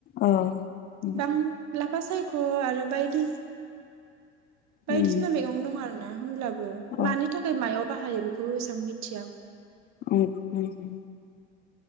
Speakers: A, on the left (about 25°); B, on the right (about 45°).
A: औ उम
B: बां ला लाफा सायख' आरो बायदि
A: उम
B: बायदिसिना मैगं दं आरो न' दा होमब्लाब बो
A: औ
B: मानि थाखाय मायाव बाहाय बाहायो बेखौबो एसां मिथिया
A: उम उम।